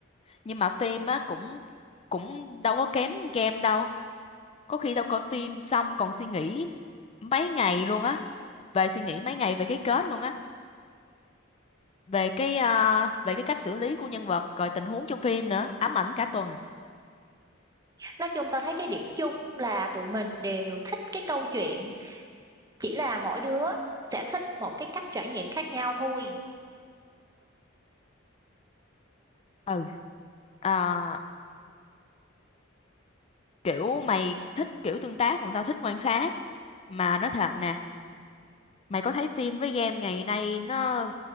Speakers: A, on the left; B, on the right.
A: Nhưng mà phim á cũng cũng đâu có kém game đâu. Có khi tao coi phim xong còn suy nghĩ mấy ngày luôn á, về suy nghĩ mấy ngày về cái kết luôn á, về cái ờ, về cái cách xử lý của nhân vật, rồi tình huống trong phim nữa, ám ảnh cả tuần.
B: Nói chung tao thấy cái điểm chung là tụi mình đều thích cái câu chuyện, chỉ là mỗi đứa sẽ thích một cái cách trải nghiệm khác nhau thôi.
A: ừ Ờ, kiểu mày thích kiểu tương tác còn tao thích quan sát mà nói thật nè mày có thấy phim với game ngày nay nó